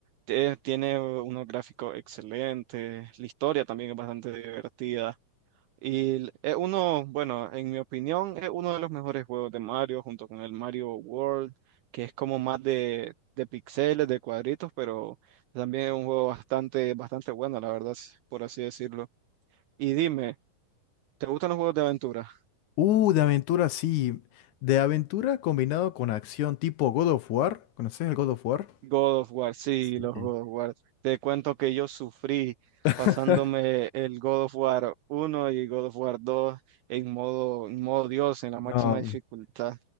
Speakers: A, on the right (about 80°); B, on the left (about 70°).
A: Te- Tiene unos gráficos excelentes, la historia también es bastante divertida. Y el- es uno, bueno, en mi opinión, es uno de los mejores juegos de Mario junto con el Mario World, que es como más de, de píxeles, de cuadritos, pero también es un juego bastante, bastante bueno, la verdad, s- por así decirlo. Y dime, ¿te gustan los juegos de aventura?
B: Uh, de aventura, sí. De aventura combinado con acción tipo God of War. ¿Conoces el God of War?
A: God of War, sí,
B: Sí.
A: los God of War. Te cuento que yo sufrí
B: <laughs>
A: pasándome el God of War uno y God of War 2 en modo, en modo Dios, en la máxima
B: No.
A: dificultad.